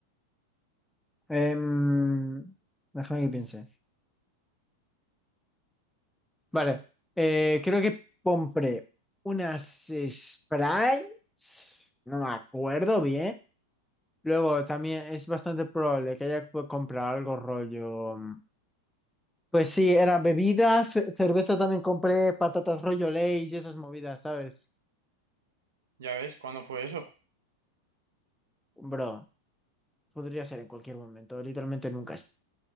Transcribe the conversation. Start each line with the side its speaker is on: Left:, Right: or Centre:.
Centre: Em, déjame que piense. Vale, eh, creo que compré unas Sprites, no me acuerdo bien. Luego también es bastante probable que haya co- comprado algo rollo. mm, Pues sí, era bebida, ce- cerveza también compré, patatas rollo ley y esas movidas, ¿sabes?
Right: Ya ves, ¿cuándo fue eso?
Centre: Bro, podría ser en cualquier momento, literalmente nunca es.